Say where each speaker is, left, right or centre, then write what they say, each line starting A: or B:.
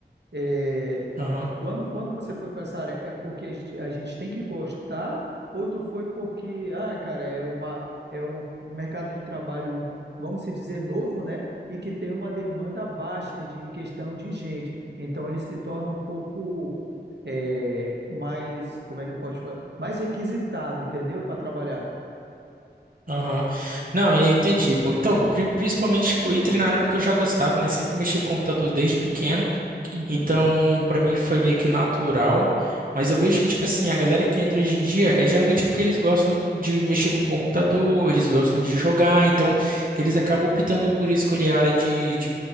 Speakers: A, on the right; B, on the right.
A: É,
B: Aham,
A: quando, quando você foi para essa área, é porque a gente, a gente tem que gostar ou tu foi porque, ah, cara, é uma, é um mercado de trabalho, vamos se dizer, novo, né? E que tem uma demanda baixa de, em questão de gente. Então ele se torna um pouco é, mais, como é que eu posso falar? Mais requisitado, entendeu? Para trabalhar.
B: aham. Não, eu entendi. pô. Então, pri- principalmente, tipo, eu entrei na área porque eu já gostava, né? Sempre mexi com computador desde pequeno.
A: Uhum,
B: Então, pra mim foi meio que natural, mas eu vejo que, tipo assim, a galera que entra hoje em dia é geralmente porque eles gostam do- de mexer com o computador, eles gostam de jogar, então eles acabam optando por escolher a área de, de,